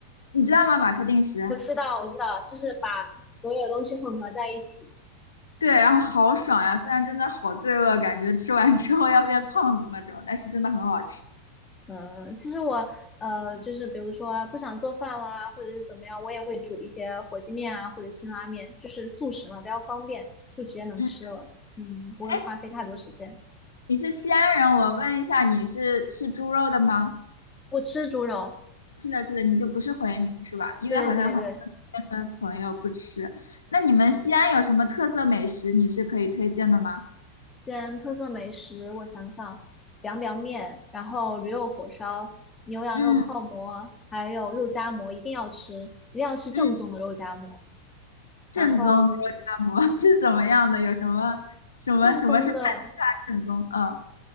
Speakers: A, on the left; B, on the left.
A: 你知道吗？马克定食，
B: 我知道，我知道，就是把所有东西混合在一起。
A: 对，然后好爽呀！虽然真的好罪恶，感觉吃完之后要变胖子那种，但是真的很好吃。
B: 嗯，其实我呃，就是比如说不想做饭啦，或者是怎么样，我也会煮一些火鸡面啊，或者辛拉面，就是速食嘛，比较方便，就直接能吃了。
A: 嗯，
B: 嗯，不会花费太多时间。
A: 哎，你是西安人，我问一下，你是吃猪肉的吗？
B: 我吃猪肉，
A: 是的，是的，你就不是回民是吧？因为好像很多的朋友不吃。
B: 对对对，
A: 那你们西安有什么特色美食，你是可以推荐的吗？
B: 西安特色美食，我想想，凉凉面，然后驴肉火烧、牛羊肉泡馍，
A: 嗯
B: 还有肉夹馍，一定要吃，一定要吃正宗的肉夹馍。
A: 嗯正宗的肉夹馍
B: 然后
A: <laughs> 是什么样的？有什么什么什么是判定它正宗？
B: 正宗的，
A: 嗯